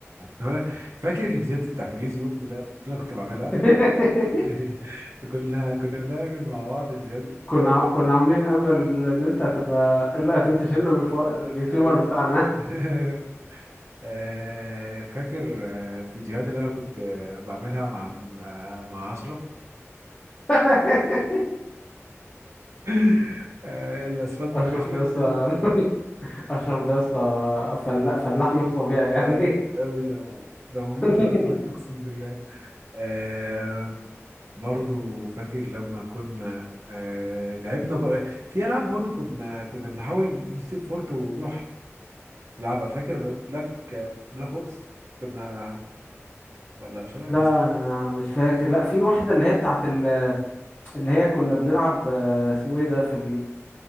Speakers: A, on the right; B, on the left.
A: كنا- فاكر الفيديوهات بتاعت اليوتيوب ده اللي انا كنت بعملها
B: <laughs>
A: <laughs> كنا كنا بنعمل مع بعض فيديوهات كتير
B: كنا
A: أوي
B: ع- كنا عاملين امل ان انت هتبقى لا ده انت شلنا من الفقر اليوتيوبر
A: أيوة
B: بتاعنا
A: <laughs> آه، فاكر آه، الفيديوهات اللي أنا كنت آه، بعملها مع الم- آه، مع أشرف
B: <laughs>
A: <laughs> آه، الأسفلت
B: اشرف
A: رايفل
B: ده يا اسطى
A: <laughs>
B: <laughs> اشرف ده يا اسطى فلاح فلاح مش طبيعي يعني
A: ده مميت أوي ده ده مميت
B: <laughs>
A: أوي بجد أقسم بالله آه، برضو فاكر لما كنا آه، لعبنا بقى في ألعاب برضو كنا كنا بنحاول نسيب فورت ونروح لعبة فاكر بلاك بلاك اوبس كنا ولا مش عارف
B: لا
A: اسمه إيه.
B: انا مش فاكر لا في واحدة اللي هي بتاعت ال- اللي هي كنا بنلعب آه، اسمه ايه ده في